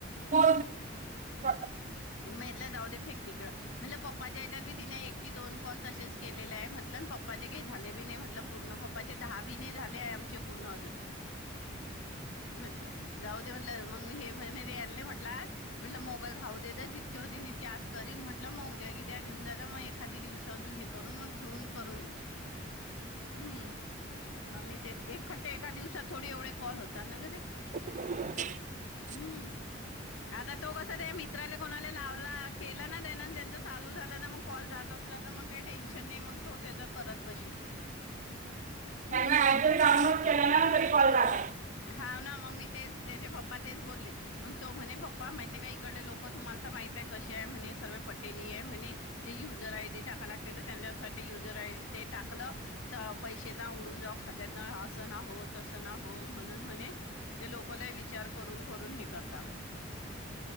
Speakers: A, on the right; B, on the left.
A: हो <unintelligible>
B: मेरला जाऊ दे फेक तिकड म्हणलं पप्पाच्या ह्याच्यावर बी तिने एक की दोन कॉल तसेच केलेले आहे म्हनल पप्पाचे काही झाले बी नाही म्हटलं पूर्ण पप्पाचे दहा बी नाही झाले आहे आमचे पूर्ण अजून. म्हंटलं जाऊ दे म्हंलं मग म हेे आणले म्हटलं म्हटलं मो म राहू देजा जितके होती तितके आज करीन म्हटलं मग उद्या बिद्या घेऊन जात मग एखादी दिवसा अजून हे करून म ठेवून करून घेत. हम्म मग मी ते एखट्टे एका दिवसात थोडी एवढे कॉल होतात ना गते.
A: <inaudible>
B: हम्म आता तो कस ते मित्रालेय कोणाल्या लावला, केला ना त्या त्यांच चालू झालं ना, मग कॉल जात असला तर मग काही टेन्शन नाही मग तो त्याच करत बशीन. हम्म
A: त्यांना ऍप डाऊनलोड केला ना तरी कॉल दाख.
B: हाव ना मग मी तेच त्याचे पप्पा तेच बोलले मग तो म्हणे पप्पा माहितीय का इकडले लोक तुम्हाला तर माहित ते कशे आहे म्हणे सर्व पटेली आहे म्हणे ते युजर आय डी टाकाय लागते तर त्यांच्यासाठी युजर आय डी ते टाकलं तर पैशे ना उडून जाऊ खात्यातन अस न हो तस न हो. म्हणून म्हणे ते लोक लय विचार करून करून हे करता म्हणे